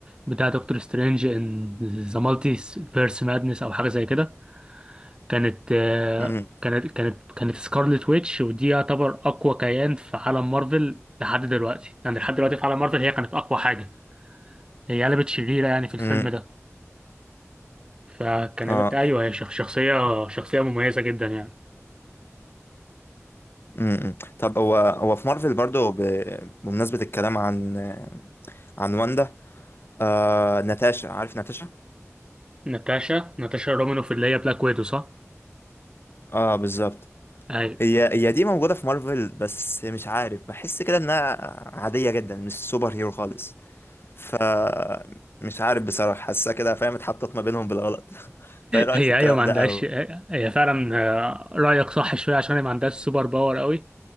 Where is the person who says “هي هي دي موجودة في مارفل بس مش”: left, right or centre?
Left